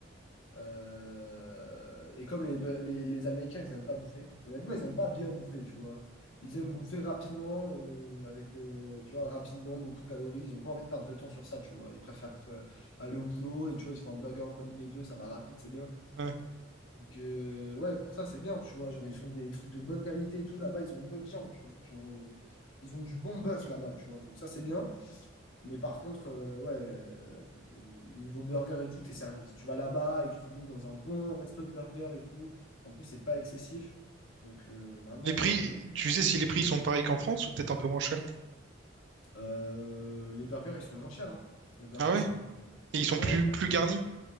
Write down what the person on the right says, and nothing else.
Ouais.
Les prix,
tu sais si les prix ils sont pareils qu'en France ou peut-être un peu moins chers?
Ah ouais?
Et ils sont
plus, plus garnis?